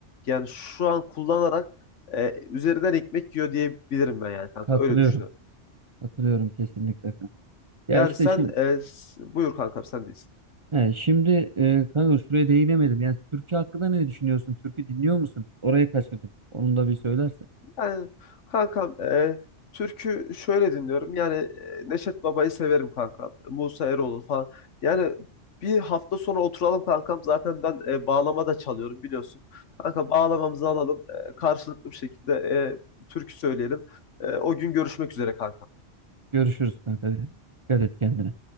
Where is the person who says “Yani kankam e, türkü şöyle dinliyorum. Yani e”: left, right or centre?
Left